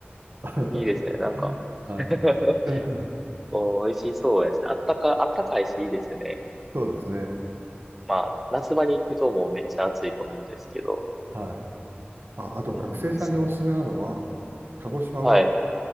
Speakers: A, on the right (about 60°); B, in the centre.
A: <laughs>
B: いいですね。なんか
A: はい。
B: <laughs>
A: <laughs>
B: おー、美味しそうやし、あったか、あったかいし、いいですね。
A: そうですね。
B: まあ、夏場に行くともうめっちゃ暑いと思うんですけど。
A: はい。あ、あと、
B: うーん、
A: 学生さんにおすすめなのは、
B: そう。
A: 鹿児島は
B: はい。